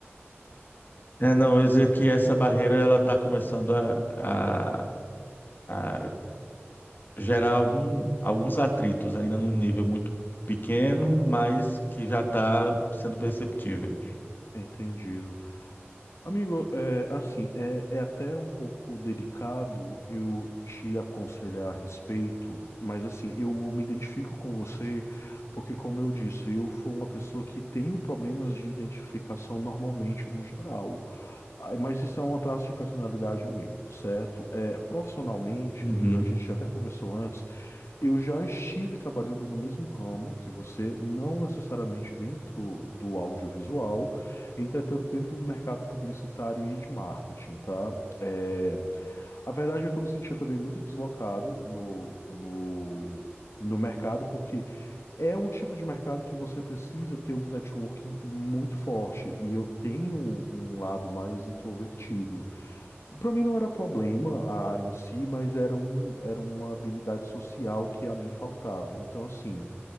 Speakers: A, on the left; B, on the left.
A: é, não, eu ia dizer que essa barreira ela está começando a, a, a gerar algum, alguns atritos, ainda num nível muito pequeno, mas que já está sendo perceptível.
B: Entendido. Amigo, é, assim, é, é até um pouco delicado eu te aconselhar a respeito, mas assim, eu me identifico com você porque, como eu disse, eu fui uma pessoa que tenho problemas de identificação normalmente no geral. Ah, Mas isso é um traço de personalidade meu, certo? É, profissionalmente,
A: Uhum,
B: eu, a gente já até conversou antes. Eu já estive trabalhando no mesmo ramo que você, não necessariamente dentro do audiovisual, entretanto dentro do mercado publicitário e de marketing, tá? É, a verdade é que eu me sentia também muito deslocado no, no, no mercado, porque é um tipo de mercado que você precisa ter um networking muito forte, e eu tenho um lado mais introvertido para mim não era problema a área em si, mas era, um, era uma habilidade social que a mim faltava. Então, assim,